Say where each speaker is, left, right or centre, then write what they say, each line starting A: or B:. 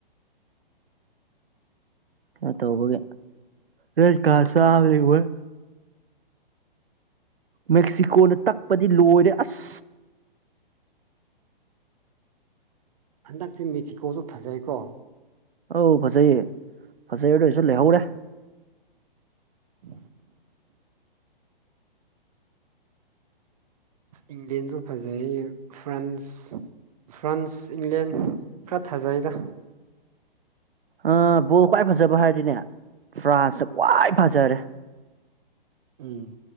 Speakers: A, on the right; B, on the right.
A: ꯀꯩꯅꯣ ꯇꯧꯕꯒꯤ ꯔ‌ꯦꯠ ꯀꯥꯔ ꯆꯥꯕꯗꯤ ꯍꯣꯏ ꯃꯦꯛꯁꯤꯀꯣꯅ ꯇꯛꯄꯗꯤ ꯂꯣꯏꯔꯦ ꯑꯁ
B: ꯍꯟꯗꯛꯁꯤ ꯃꯦꯛꯁꯤꯀꯣꯁꯨ ꯐꯖꯩꯀꯣ
A: ꯑꯧ ꯐꯖꯩꯌꯦ ꯐꯖꯩ ꯑꯗꯨ ꯑꯣꯏꯁꯨ ꯂꯩꯍꯧꯔꯦ
B: <unintelligible> ꯏꯪꯂ‌ꯦꯟꯁꯨ ꯐꯖꯩꯌꯦ ꯐ꯭ꯔꯥꯟꯁ ꯐ꯭ꯔꯥꯟꯁ ꯏꯪꯂꯦꯟ ꯈꯔ ꯊꯥꯖꯩꯗ
A: ꯑ ꯕꯣꯜ ꯈ꯭ꯋꯥꯏ ꯐꯖꯕ ꯍꯥꯏꯔꯗꯤꯅꯦ ꯐ꯭ꯔꯥꯟꯁꯇ ꯈ꯭ꯋꯥꯏ ꯐꯖꯔꯦ
B: ꯎꯝ